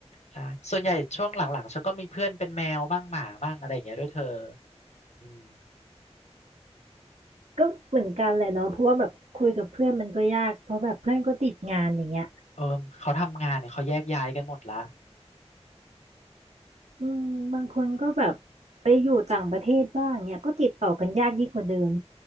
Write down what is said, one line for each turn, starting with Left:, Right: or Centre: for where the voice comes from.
Left: ใช่ส่วนใหญ่ช่วงหลังๆฉันก็มีเพื่อนเป็นแมวบ้างหมาบ้างอะไรอย่างเงี้ยด้วยเธออืม
Right: ก็เหมือนกันเลยเนาะเพราะว่าแบบคุยกับเพื่อนมันก็ยากเพราะแบบเพื่อนก็ติดงานอย่างเงี้ย
Left: เออเขาทำงานเนี่ยเขาแยกย้ายกันหมดละ
Right: อืมบางคนก็แบบไปอยู่ต่างประเทศบ้างเนี่ยก็ติดต่อกันยากยิ่งกว่าเดิม